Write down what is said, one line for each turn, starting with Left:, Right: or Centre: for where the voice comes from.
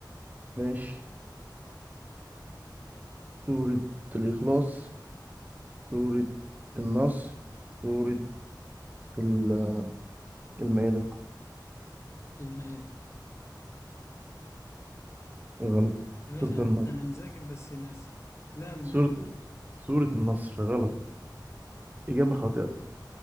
Right: ماشي سوره الاخلاص سوره النصر سوره ال- المائده <laughs>
Left: المائدة
Right: غلط
Left: يا باشا
Right: سوره النصر
Left: انا مذاكر بس ناسي لا المائدة
Right: سوره سوره النصر غلط اجابه خاطئه